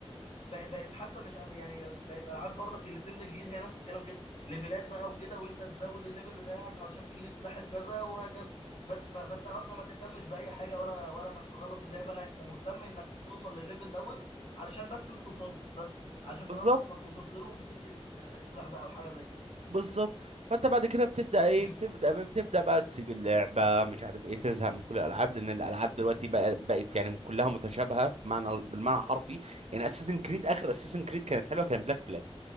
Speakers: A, on the left; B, on the right.
A: بق- بقت حتى مش ال- يعني بقت العاب برضك اللي بتنزل جديد هي نفس الكلام كده ليفلات بقى وكده وانت تزود الليفل بتاعك علشان تجيب السلاح الكذا وهكذا بس ف- فانت اصلا ما تهتمش باي حاجه ولا ولا انك تخلص اللعبه لا انت مهتم انك توصل للليفل دون علشان بس انت توصل له بس علشان
B: بالظبط
A: تبقى انت اسمك وصلت له ومسكت ال- السلاح ده او حاجه زي كده
B: بالظبط فانت بعد كده بتبدا ايه
A: امم
B: بتبدا بتبدا بقى تسيب اللعبه مش عارف ايه تزهق من كل الالعاب لان الالعاب دلوقتي بقى بقت يعني كلها متشابهه بمعنى بالمعنى الحرفي يعني اساسن كريد اخر اساسن كريد كانت حلوه كانت بلاك بلاك